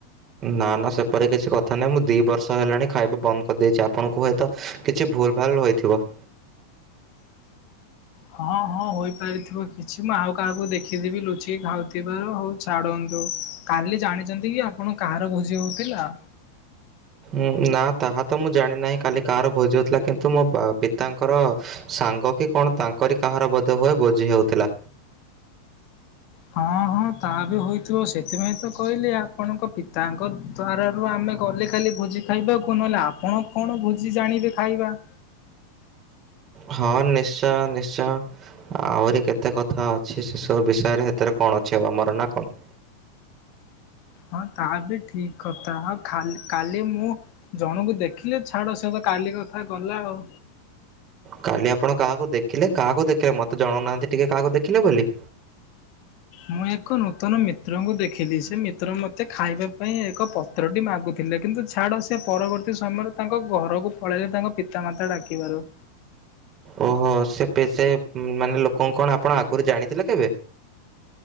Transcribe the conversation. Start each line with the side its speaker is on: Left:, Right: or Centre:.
Right: ନା ନା ସେପରି କିଛି କଥା ନାହିଁ ମୁଁ ଦି ବର୍ଷ ହେଲାଣି ଖାଇବା ବନ୍ଦ୍ କରିଦେଇଚି ଆପଣଙ୍କୁ ହୁଏତ କିଛି ଭୁଲ୍ ଭାଲ୍ ହୋଇଥିବ।
Left: ହଁ ହଁ ହୋଇପାରିଥିବ କିଛି ମୁଁ ଆଉ କାହାକୁ ଦେଖିଥିବି ଲୁ ଚି ଖାଉଥିବାର ହଉ ଛାଡନ୍ତୁ -କାଲି ଜାଣିଚନ୍ତି କି ଆପଣ କାହାର ଭୋଜି ହେଉଥିଲା?
Right: ଉଁ- ନା ତାହା ତ ମୁଁ ଜାଣିନାହିଁ କାଲି କାହାର ଭୋଜି ହଉଥିଲା କିନ୍ତୁ ମୋ ପିତାଙ୍କର ସାଙ୍ଗ କି କଣ ତାଙ୍କରି କାହାର ବୋଧ ହୁଏ ଭୋଜି ହଉଥିଲା।
Left: ହଁ ହଁ ତାହା ବି ହୋଇଥିବ ସେଥିପାଇଁ ତ କହିଲି ଆପଣଙ୍କ ପିତାଙ୍କ ଦ୍ବାର ରୁ ଆମେ ଗଲେ ଖାଲି ଭୋଜି ଖାଇବାକୁ ନହେଲେ ଆପଣ କଣ ଭୋଜି ଜାଣିବେ ଖାଇବା।
Right: ହଁ ନିଶ୍ଚୟ ନିଶ୍ଚୟ। ଆହୁରି କେତେ କଥା ଅଛି ସେସବୁ ବିଷୟରେ ସେଥିରେ କଣ ଅଛି ଆଉ ଆମରନାଁ କଣ
Left: ହଁ ତାହା ବି ଠିକ୍ କଥା ହ-ଖାଲି-କାଲି ମୁଁ ଜଣଙ୍କୁ ଦେଖିଲେ ଛାଡ ସେ କାଲି କଥା ଗଲା ଆଉ।
Right: କାଲି ଆପଣ କାହାକୁ ଦେଖିଲେ କାହାକୁ ଦେଖିଲେ ମତେ ଜଣାଉନାହାନ୍ତି ଟିକେ କାହାକୁ ଦେଖିଲେ ବୋଲି
Left: ମୁଁ ଏକ ନୂତନ ମିତ୍ରଙ୍କୁ ଦେଖିଲି ସେ ମିତ୍ର ମତେ ଖାଇବା ପାଇଁ ଏକ ପ ପତ୍ରଟି ମାଗୁଥିଲେ କିନ୍ତୁ ଛାଡ଼ ସେ ପରବର୍ତ୍ତୀ ସମୟରେ ତାଙ୍କ ଘରକୁ ପଳେଇଲେ ତାଙ୍କ ପିତା ମାତା ଡାକିବାରୁ।
Right: ଓହୋ ସେ ପେ- ସେ ମାନେ ଲୋକଙ୍କୁ କଣ ଆପଣ ଆଗରୁ ଜାଣିଥିଲେ କେବେ?